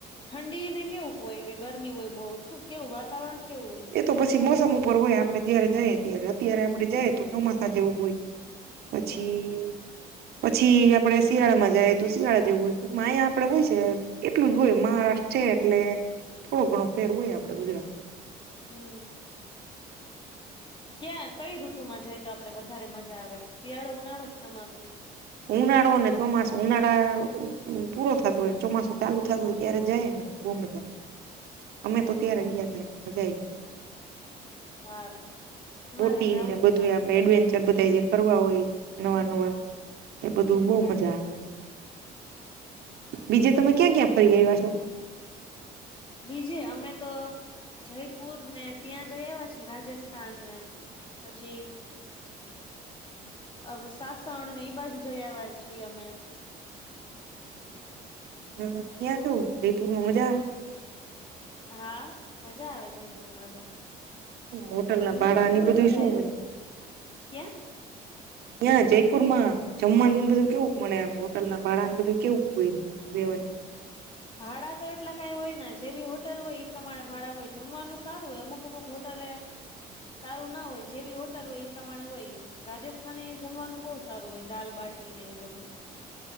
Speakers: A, on the left; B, on the right.
A: ઠંડીને કેવું હોય, કે ગરમી હોય બોવ શું? કેવું વાતાવરણ કેવું હોય
B: એ તો પ પછી મોસમ ઉપર હોય આપડે જયારે જઈએ, ત્યારે અત્યારે આપણે જઈએ તો ચોમાસા જેવું હોય. પછી
A: હમ
B: પછી આપડે શિયાળામાં જાયે તો શિયાળા જેવું હોય ટૂંકમાં આયા આપડે હોય છે. એટલું જ હોય મહારાષ્ટ્ર છે, એટલે થોડોઘણો ફેર હોય આપડે ગુજરાત.
A: હમ્મ. ક્યાં કઈ ઋતુમાં જાય તો આપડે વધારે મજા આવે શિયાળો, ઉનાળો, ચોમાસુ?
B: ઉનાળો ને ચોમાસો, ઉનાળા પૂરો થતો હોય ચોમાસો ચાલુ થતો હોય ત્યારે જાય ને બહુ મજા અમે
A: હમ
B: તો ત્યારે ગ્યાતા મજા આવી.
A: સારું અમારે
B: બોટિંગ
A: જવું
B: ને બધુંય
A: છે હવે
B: આપડે એડવેન્ચર બધા જે કરવા હોય નવા નવા, એ બધું
A: હમ
B: બહુ મજા આવે. બીજે તમે ક્યાં ક્યાં ફરી આવ્યા છો?
A: બીજે અમે તો જયપુરને ત્યાં જઈ આવ્યા છીએ રાજસ્થાનને, પછી, અવ સાસણને એ બાજુ જઈ આયવા છીએ અમે,
B: હમ્મ ત્યાં કેવું, જયપુરમાં મજા આવે?
A: હા મજા આવે, જયપુરમાં તો‌.
B: શું હોટલ
A: અમને
B: ના ભાડા
A: તો ફૂલ
B: ની બધું
A: મજા
B: શું હોય
A: <unintelligible> ક્યાં?
B: ત્યાં જયપુરમાં જમવાનું બધું કેવું મળે આમ હોટલના ભાડાને બધું, કેવું હોઈને રેવાનું,
A: ભાડાતો એટલા કંઈ હોય ના જેવી હોટલ હોય ઈ પ્રમાણે ભાડા હોય જમવાનું સારું હોય અમુક, અમુક હોટલે સારું ના હોય જેવી હોટલ હોય એ પ્રમાણે હોય રાજસ્થાને એ જમવાનું બોવ સારું હોય દાલબાટી ને એવું બધું,